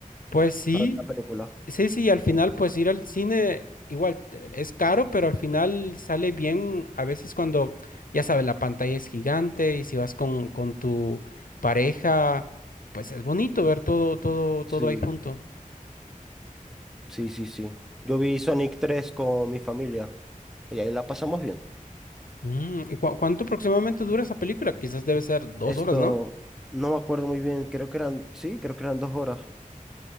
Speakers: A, on the left (about 80°); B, in the centre.
A: pues sí,
B: para ver la película.
A: sí, sí, al final pues ir al cine igual te- es caro, pero al final sale bien a veces cuando, ya sabes, la pantalla es gigante y si vas con, con tu pareja, pues es bonito ver todo, todo, todo
B: Sí,
A: ahí junto.
B: sí, sí, sí. Yo vi Sonic tres con mi familia y ahí la pasamos bien.
A: Mm, ¿y cua- cuánto aproximadamente dura esa película? Quizás debe ser dos
B: Esto,
A: horas, ¿no?
B: no me acuerdo muy bien, creo que eran, sí, creo que eran dos horas,